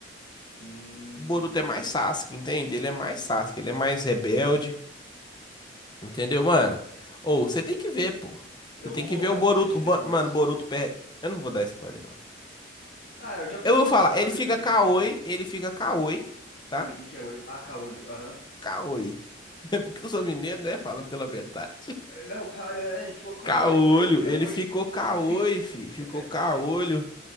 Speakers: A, on the left; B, on the left.
A: Hum,
B: O Boruto
A: entendi.
B: é mais Sasuke, entende? Ele é mais Sasuke. Ele é mais rebelde. Entendeu, mano? Ou você tem que ver, pô.
A: Eu
B: Você tem
A: vou colocar
B: que ver o Boruto.
A: pra assistir
B: O
A: depois.
B: Bo- Mano, o Boruto perde. Eu não vou dar spoiler, não.
A: Ah, eu já peguei
B: Eu vou
A: uns
B: falar.
A: spoilers
B: Ele fica
A: na internet,
B: Kaoi.
A: velho.
B: Ele fica Kaoi. tá?
A: Calma aí, quem que é Oi? Ah, Caolho, aham.
B: Caoi. <laughs> É porque eu sou mineiro, né? Fala pela metade.
A: É, Não, Ca... é, ele ficou Caolho,
B: Caolho.
A: eu falei, quem que
B: Ele
A: é Oi?
B: ficou caoi,
A: <laughs> Quem que
B: fi. Ficou caolho,
A: é?